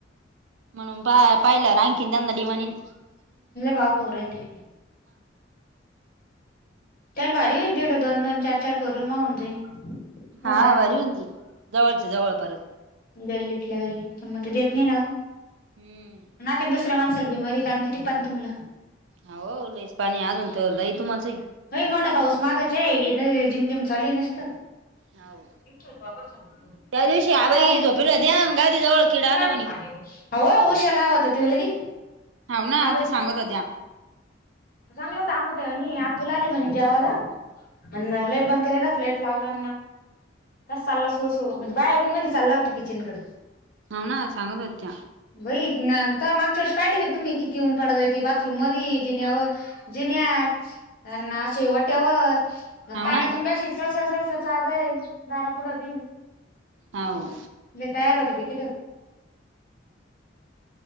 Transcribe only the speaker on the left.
वाक वरल ते त्याला भारी होईन तेवढं दोन दोन चार चार करू माऊन जाईन. होर
<unintelligible> जगाय
गल्लीत आपल्या गल्लीत संमती देत नाही ना.
नाही का ना दुसऱ्या माणसाला बीमारी काण किती पाणी तुमला
भई मोठा पाऊस मागचे, जिम जिम चालूये नुसत
<unintelligible>
होव हुशेला आवत, ते की
हबाईच्या
चांगल होत अंगुठ आ तू ला आल म्हण जेवायला अ लेट बंद करेला त लेट लावला तस चालला सुरू सुरू म्हणे बारून मध्ये चालला होता किचनकड.
बाई मागच्या वर्षी पाहिले तुम्ही किती ऊन पडता येते, बाथरूम मध्ये जेण्या व जेण्या ना शेवट एवर
पाण्यातून
ब्याशी चसळसळ जईल दारात. पुढं बी,
मी तयार होते. बाई तिथं,